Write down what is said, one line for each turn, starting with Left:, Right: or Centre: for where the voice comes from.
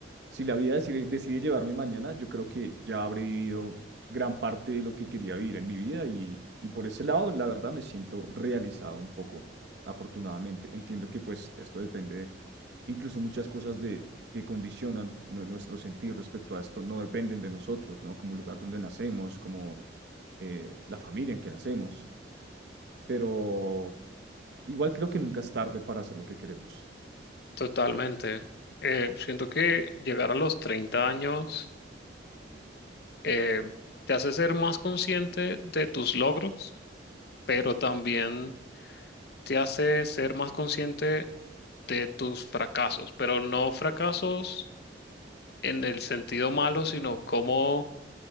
Right: si la vida decide, decide llevarme mañana, yo creo que ya habré vivido gran parte de lo que quería vivir en mi vida y, y por ese lado, la verdad, me siento realizado un poco, afortunadamente. Entiendo que pues esto depende de incluso muchas cosas de, que condicionan nue- nuestro sentir respecto a esto, no dependen de nosotros, ¿no? Como el lugar donde nacemos, como eh, la familia en que nacemos pero igual creo que nunca es tarde para hacer lo que queremos.
Left: totalmente. Eh, siento que llegar a los 30 años eh, te hace ser más consciente de tus logros, pero también te hace ser más consciente de tus fracasos, pero no fracasos en el sentido malo, sino cómo,